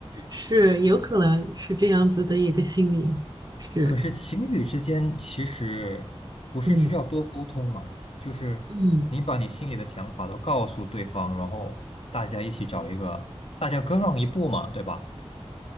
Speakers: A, on the right; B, on the left.
A: 是有可能是这样子的一个心理，是，
B: 可是情侣之间其实不是需要多沟通吗？
A: 嗯
B: 就是你把你心里的想法都告诉对方，
A: 嗯。嗯
B: 然后大家一起找一个，大家各让一步嘛，对吧？